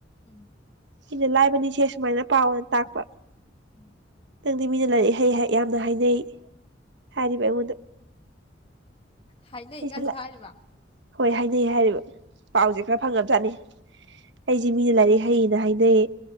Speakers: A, on the left; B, on the right.
A: ꯎꯝ
B: ꯑꯩꯅ ꯂꯥꯏꯕꯅꯤꯁꯦ ꯁꯨꯃꯥꯏꯅ ꯄꯥꯎꯅ ꯇꯥꯛꯄ
A: ꯎꯝ
B: ꯅꯪꯗꯤ ꯃꯤꯅ ꯂꯥꯏꯔꯛ ꯍꯩ ꯌꯥꯝꯅ ꯍꯥꯏꯅꯩ ꯍꯥꯏꯔꯤꯕ ꯑꯩꯉꯣꯟꯗ
A: ꯍꯥꯏꯅꯩꯒꯁꯨ
B: ꯁꯤꯁ ꯂꯥꯛꯑꯦ
A: ꯍꯥꯏꯔꯤꯕ
B: ꯍꯣꯏ ꯍꯥꯏꯅꯩ ꯍꯥꯏꯔꯤꯕ ꯄꯥꯎꯁꯦ ꯈꯔ ꯐꯪꯉ ꯆꯥꯅꯤ ꯑꯩꯁꯤ ꯃꯤꯅ ꯂꯥꯏꯔꯤꯛ ꯍꯩꯅꯤ ꯍꯥꯏꯅꯩ